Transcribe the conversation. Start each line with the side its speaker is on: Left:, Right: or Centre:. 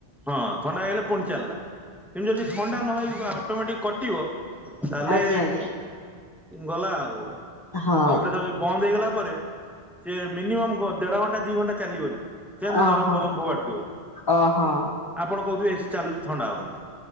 Centre: ହଁ ଥଣ୍ଡା ହେଇଗଲେ ପୁଣି ଚାଲିଲା ଏମିତି ଯଦି ଥଣ୍ଡା ନ ହେଇ ଅଟୋମାଟିକ କଟିବ ତାହେଲେ
Left: ଆଜ୍ଞା ଆଜ୍ଞା।
Centre: ଗଲା ଆଉ
Left: ହଁ
Centre: କମ୍ପ୍ରେସର ବନ୍ଦ ହେଇଗଲା ପରେ ସେ ମିନିମମ୍ ଦେଢ ଘଣ୍ଟା ଦି ଘଣ୍ଟା ଚାଲିବନି ସେମିତି
Left: ଓହୋ
Centre: ଗରମ ପବନ ଫୋପାଡୁଥିବ ବ
Left: ଓହୋ।
Centre: ଆପଣ କହୁଥିବେ ଚାଲୁଛି ଥଣ୍ଡା ହଉନ